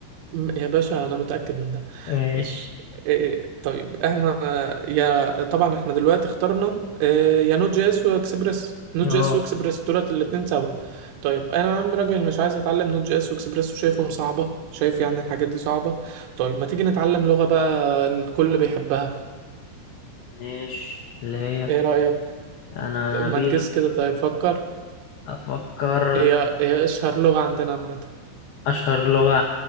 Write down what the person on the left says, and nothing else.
ماشي
اهو
ماشي اللي هي
انا انا
بيها
افكر
اشهر لغه